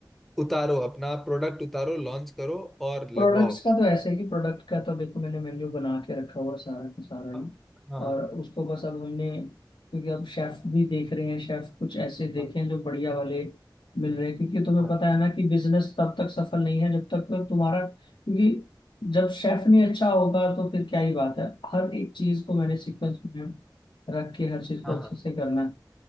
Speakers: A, in the centre; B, on the left.
A: उतारो अपना प्रोडक्ट उतारो लॉन्च करो और
B: प्रोडक्ट्स
A: लगवाओ
B: का तो ऐसे है कि प्रोडक्ट का तो देखो मैंने मेन्यू बना के रखा हुआ है सारा का सारा ही
A: हाँ हाँ
B: और उसको बस अब हमने क्योंकि अब शेफ भी देख रहे हैं शेफ कुछ ऐसे देखे
A: हाँ
B: हैं जो बढ़िया वाले मिल रहे हैं क्योंकि तुम्हें
A: हाँ
B: पता है ना कि बिजनेस तब तक सफल नहीं है जब तक तुम्हारा क्योंकि जब शेफ नहीं अच्छा होगा तो फिर क्या ही बात है हर एक चीज को मैंने सीक्वेंस में रख के हर चीज को
A: हाँ हाँ
B: अच्छे
A: हाँ।
B: से करना है